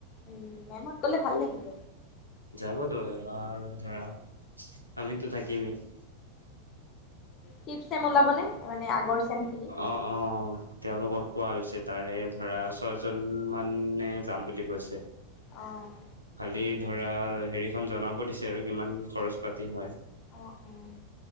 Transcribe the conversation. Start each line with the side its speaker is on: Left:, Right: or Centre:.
Left: উম, মেমহঁত গ'লে ভাল লাগিব।
Right: যাবতো আৰু ধৰা আমিতো থাকিমেই।
Left: ফিফ্ট চেম ওলাবনে? মানে আগৰ চেমখিনি?
Right: অ'! অ'! তেওঁলোকক কোৱা হৈছে, তাৰে ধৰা ছয়জন মানে যাম বুলি কৈছে।
Left: অ'!
Right: খালি ধৰা হেৰিখন জনাব দিছে আৰু কিমান খৰচ পাতি হয়।
Left: অ'! অ'!